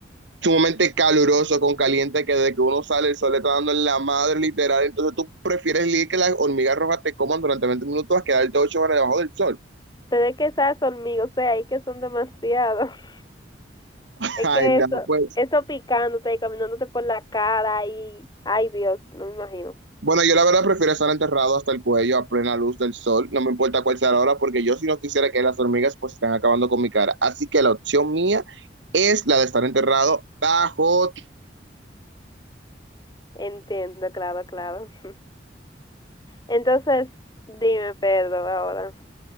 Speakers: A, on the right; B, on the left.
A: sumamente caluroso, con caliente, que desde que uno sale el sol le está dando en la madre literal, entonces tú prefieres leer que las hormigas rojas te coman durante 20 minutos a quedarte 8 horas debajo del sol.
B: Pero es que esas hormigas, o sea, es que son demasiado. <laughs>
A: <laughs>
B: Es
A: Ay,
B: que
A: no,
B: eso,
A: pues.
B: eso picándote y caminándote por la cara y, ay Dios, no me imagino.
A: Bueno, yo la verdad prefiero estar enterrado hasta el cuello a plena luz del sol, no me importa cuál sea la hora, porque yo si no quisiera que las hormigas pues están acabando con mi cara. Así que la opción mía es la de estar enterrado bajo.
B: Entiendo, claro, claro. <laughs> Entonces, dime, Pedro, ahora,